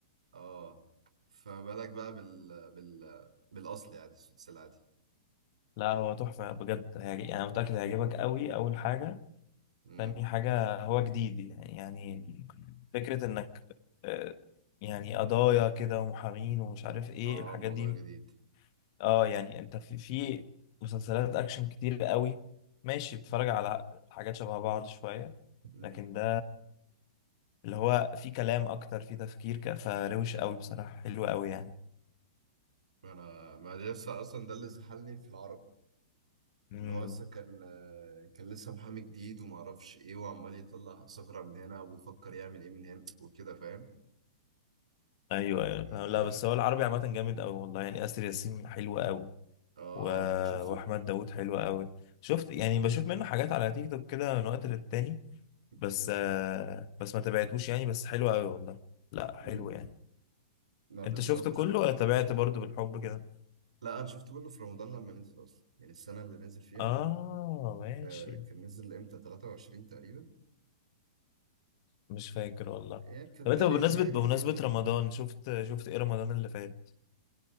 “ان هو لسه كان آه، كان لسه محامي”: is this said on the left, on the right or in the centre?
Right